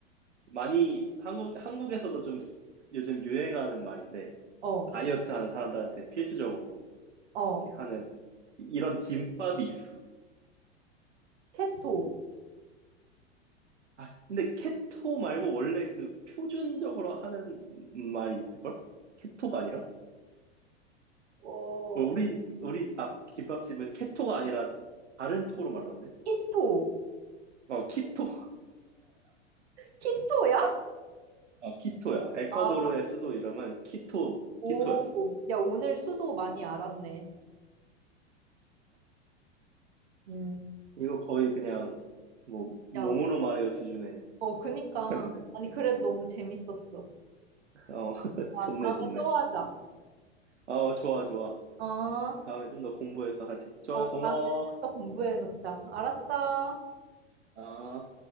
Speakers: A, on the right; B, on the right.
A: 많이 한국 한국에서도 좀 쓰- 요즘 유행하는 말인데
B: 어,
A: 다이어트 하는 사람들한테 필수적으로
B: 어.
A: 이렇게 하는 이- 이런 김밥이 있어.
B: 케토.
A: 아 근데 케토 말고 원래 그 표준적으로 하는 말이 있을걸? 케토가 아니라?
B: 어,
A: 뭐 우리 우리 앞 김밥집은 케토가 아니라 다른 토로 말하던데?
B: 키토.
A: 어 키토
B: 키토야?
A: 어, 키토야. 에콰도르의
B: 아,
A: 수도 이름은 키토,
B: 오.
A: 키토였어.
B: 야 오늘 수도 많이 알았네. 음.
A: 이거 거의 그냥, 뭐, 몸으로
B: 야,
A: 말해요 수준에
B: 어, 그니까.
A: 했는데.
B: 아니 그래도 너무 재밌었어.
A: 어, <laughs>
B: 야
A: 좋네,
B: 다음에
A: 좋네.
B: 또 하자.
A: 어, 좋아, 좋아.
B: 어,
A: 다음에 좀 더 공부해서 하지. 좋아,
B: 어
A: 고마워.
B: 다음에 또 공부해 놓자. 알았어.
A: 아